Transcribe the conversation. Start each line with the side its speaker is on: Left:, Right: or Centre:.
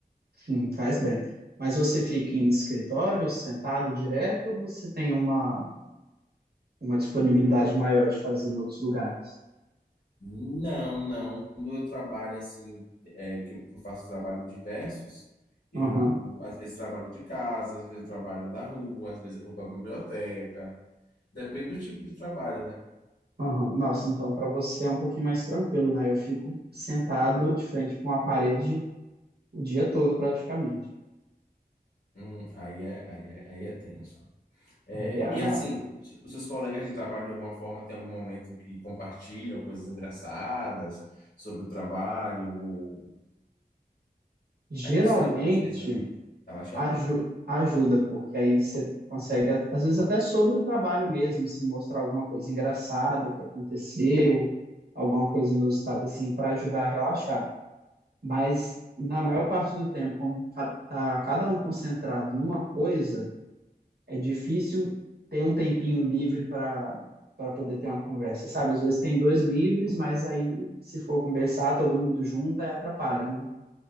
Right: Sim, faz bem. Mas você fica em escritório, sentado direto, ou você tem uma, uma disponibilidade maior de fazer em outros lugares?
Left: Não, não. Quando eu trabalho assim, é, que eu faço trabalho diversos, eu
Right: Aham,
Left: às vezes trabalho de casa, às vezes eu trabalho da rua, às vezes eu vou para a biblioteca. Depende do tipo de trabalho, né?
Right: aham. Nossa, então para você é um pouquinho mais tranquilo, né? Eu fico sentado de frente para uma parede o dia todo praticamente.
Left: Hum, aí é, aí é, aí é tenso. É,
Right: Aí, a-
Left: e assim, os seus colegas de trabalho, de alguma forma, tem algum momento que compartilham coisas engraçadas sobre o trabalho? ou-
Right: geralmente,
Left: Isso ajuda às vezes a relaxar?
Right: Aju- ajuda, porque aí você consegue, a- às vezes, até sobre o trabalho mesmo, assim, mostrar alguma coisa engraçada que aconteceu, alguma coisa inusitada, assim, para ajudar a relaxar. Mas, na maior parte do tempo, como ca- tá cada um concentrado numa coisa, é difícil ter um tempinho livre para para poder ter uma conversa, sabe? Às vezes tem dois livres, mas aí, se for conversar, todo mundo junto, aí atrapalha, né?